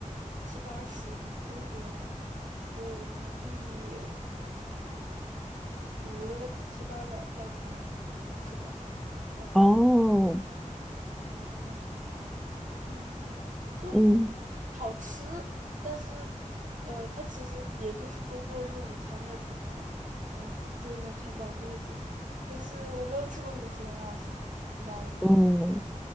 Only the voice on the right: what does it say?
七八十欧元，就人民币五六七八百块钱就能吃到，嗯，
一星一星的中餐，嗯，就
好吃，但是呃，它其实也就是工作日午餐的程度，嗯，就是能填饱肚子。但是我没有吃过米其林二星，不知道有没有很好的。